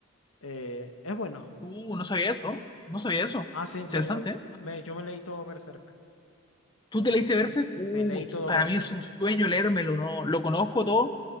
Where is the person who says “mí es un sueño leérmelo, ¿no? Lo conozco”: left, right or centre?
Left